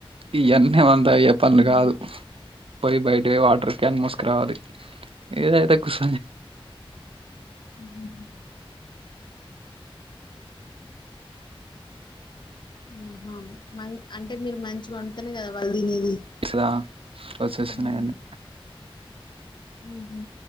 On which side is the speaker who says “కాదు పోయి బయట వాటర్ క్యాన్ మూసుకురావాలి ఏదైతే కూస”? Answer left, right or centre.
Right